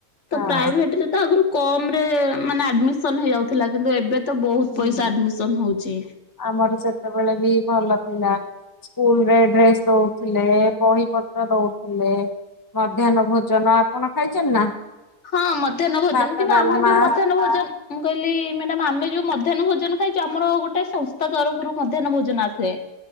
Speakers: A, on the left (about 20°); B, on the left (about 55°).
A: ହଁ
B: ତ ପ୍ରାଇଭେଟ ରେ ତ ଆଗରୁ କମ ରେ ମାନେ ଆଡମିସନ ହେଇଯାଉଥିଲା। କିନ୍ତୁ ଏବେ ତ ବହୁତ
A: ହୁଁ
B: ପଇସା ଆଡମିସନ ହଉଛି।
A: ଆମର ସେତେବେଳେ ବି ଭଲ ଥିଲା। ସ୍କୁଲ ରେ ଡ୍ରେସ ଦଉଥିଲେ ବହି ପତ୍ର ଦଉଥିଲେ। ମଧ୍ୟାହ୍ନ ଭୋଜନ ଆପଣ ଖାଇଚନ୍ତି ନା
B: ହଁ ମଧ୍ୟାହ୍ନ ଭୋଜନ
A: ଭାତ
B: କିନ୍ତୁ
A: ଡାଲମା
B: ଆମେ ଯୋଉ ମଧ୍ୟାହ୍ନ ଭୋଜନ ମୁଁ କହିଲି ମ୍ୟାଡାମ ଆମେ ଯୋଉ ମଧ୍ୟାହ୍ନ ଭୋଜନ ଖାଇଛୁ ଆମର ଗୋଟେ ସଂସ୍ଥା ତରଫରୁ ମଧ୍ୟାହନ ଭୋନ ଆସେ